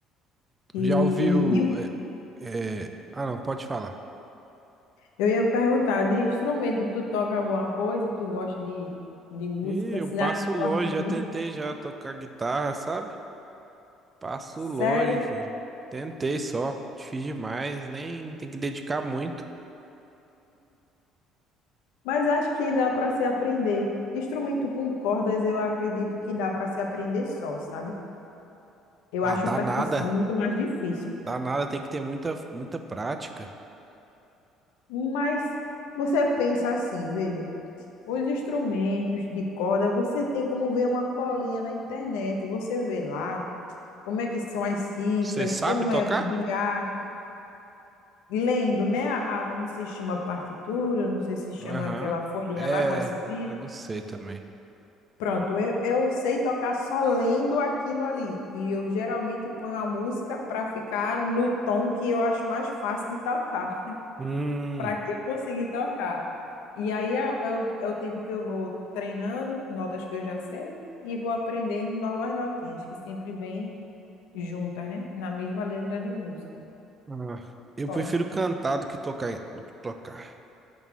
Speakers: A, on the right; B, on the left.
A: Já
B: E
A: ouviu.
B: de
A: é, é, Ah, não, pode falar.
B: Eu ia perguntar, de instrumento, tu toca alguma coisa? Tu gosta de, de música,
A: E eu
B: assim,
A: passo
B: na tua
A: longe,
B: família?
A: já tentei já tocar guitarra, sabe? Passo
B: Sério?
A: longe, filho. Tentei só, difícil demais, nem tem que dedicar muito.
B: Mas acho que dá para se aprender. Instrumento com cordas, eu acredito que dá para se aprender só, sabe? Eu
A: Ah,
B: acho
A: dá
B: percussão
A: nada,
B: muito mais difícil.
A: dá nada, tem que ter muita, muita prática.
B: Mas você pensa assim, veja, os instrumentos de corda, você tem como ver uma colinha na internet, você vê lá como é que são as cifras,
A: Você sabe
B: como
A: tocar?
B: é o dedilhado, lendo, né? A, a- eu não sei se chama partitura, não sei se chama
A: Aham.
B: aquela folhinha
A: É,
B: lá com as cifrinhas.
A: eu não sei também.
B: Pronto, eu, eu sei tocar só lendo aquilo ali. E eu geralmente ponho a música para ficar no tom que eu acho mais fácil de tocar, <laughs>
A: Hum,
B: para que eu consiga tocar. E aí é, é o, é o tempo que eu vou treinando, notas que eu já sei, e vou aprendendo novas notinhas, que sempre vêm juntas, né? Na mesma letra de música.
A: ah, eu
B: Gosto.
A: prefiro cantar do que tocar, do que tocar.